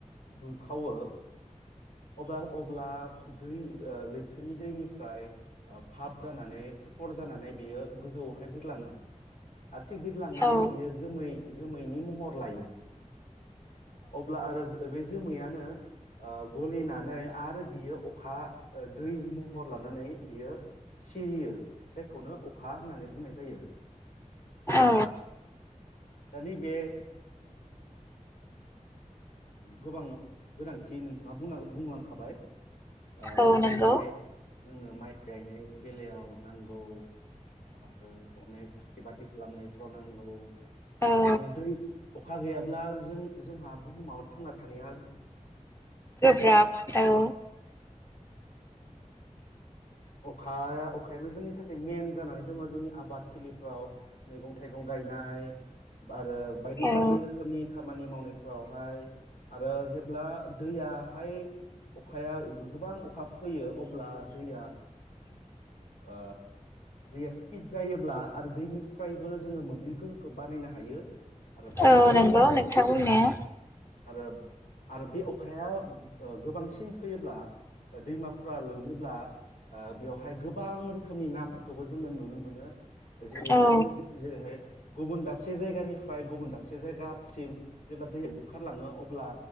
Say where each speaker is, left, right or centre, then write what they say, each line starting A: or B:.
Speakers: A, on the left; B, on the left.
A: दुंखावो अब्ला अब्ला दै ओ लै थोनि दैनिफ्राय भाब जानानै फर जानानै बियो गोजौ बाहाय बिरलाङो थिग बिद लांनानै
B: औ
A: बियो जोमै जोमैनि महर लायो अब्ला आरो बे जोमैयानो ओ गलि आरो बियो अखा ओ दै महर लानानै बियो सिरियो जायखौनो अखा होननानै बुंनाय जायो जायो आ
B: औ
A: दा नैबे गोबां गोनांथि नोंथाङा बुंनां लांखाबाय ओ
B: औ
A: जोंनो
B: नंगौ
A: माइ जोंनो माइ गायनाय बेलायाव नांगौ आरो अनेक खेथि बाथि खालामनायफ्राव नांगौ
B: औ
A: आरो दै अखा गैयाब्ला जों जोंहा बुहुमाव थांना थानाया
B: गोब्राब औ
A: अखाया अखायानो जोंनि थाखाय मेन जानानै दङ जोंनि आबाद थिलि औ मैगं थाइगं गायनाय आरो बायदि
B: औ
A: बायदि रोखोमनि खामानि मावनाय फ्रावहाय आरो जेब्ला दैयाहाय अखाया गोबां हुखा फैयो अब्ला दैया ओ दैया स्पिड जायोब्ला आरो दैनि फ्रायबो जोङो मोब्लिब गोहो खौ बानायनो हायो आरो बायदि
B: औ
A: बायदि
B: नंगौ नोंथां बुंनाया
A: आरो आरो बे अखाया गोबांसिन फैयोब्ला दैमाफोरा लोमोब्ला ओ बेवहाय गोबां रोखोमनि नाफोरखौबो जोङो नुनो मोनो जेरैहाय
B: औ
A: गुबन दाबसे से जायगानिफ्राय गुबुन दाबसे जायगासिम जेब्ला दैया बुखारलाङो अब्ला